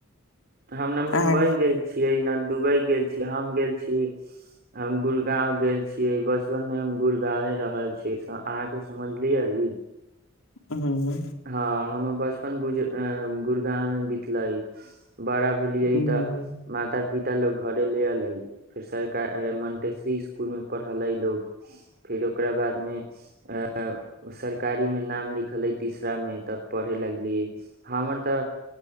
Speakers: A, on the right; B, on the left.
A: हम न मुम्बई
B: अहाँ
A: गेल छी छियै ने दुबई गेल छीयै हम गेल छी हम गुड़गाँंव गेल छीयै बचपन मे हम गुड़गाँवे रहल छीयै अहाँके समझलियै
B: हम्म,
A: हाँ हम बचपन गुज ए गुरगांव मे बितलै बड़ा भेलिये
B: हम्म।
A: तऽ माता पिता लोग घरे ले एले फेर सरकार मन्टेश्वरी इसकुलमे पढ़लै लो फेर ओकरा बादमे एइ सरकारीमे नाम लिखलै तीसरामे तब पढ़े लगलियै हमर तऽ